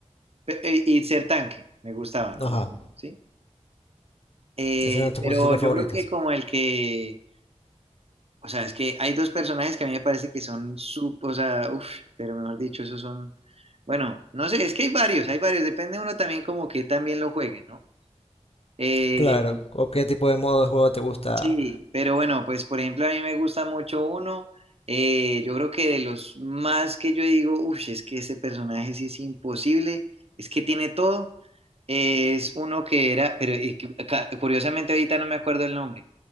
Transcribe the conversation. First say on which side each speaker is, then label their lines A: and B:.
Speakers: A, on the right (about 55°); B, on the left (about 55°).
A: Pe- eh, Y ser tanque, me gustaba, como,
B: Ajá,
A: ¿sí? Eh,
B: esas eran tus
A: pero
B: posiciones
A: yo
B: favoritas.
A: creo que como el que, o sea, es que hay dos personajes que a mí me parece que son, sup- o sea, uff, pero mejor dicho, esos son, bueno, no sé, es que hay varios, hay varios, depende uno también como que también lo juegue, ¿no? Eh,
B: Claro, o qué tipo de modo de juego te gusta.
A: Sí, pero bueno, pues por ejemplo a mí me gusta mucho uno, eh, yo creo que de los más que yo digo, uff, es que ese personaje sí es imposible, es que tiene todo, eh, es uno que era, pero eh, que- ca- curiosamente ahorita no me acuerdo el nombre,